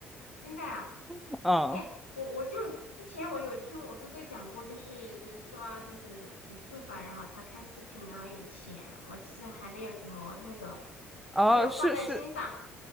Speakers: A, on the left; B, in the centre.
A: 真的呀？
B: <laughs> 啊
A: 哎，我我就之前我有听我哥哥讲过，就是就是刷就是极速吧，然后他看视频，然后有钱，我其实还没有怎么那个，
B: 啊，
A: 没有放在心上。
B: 是是，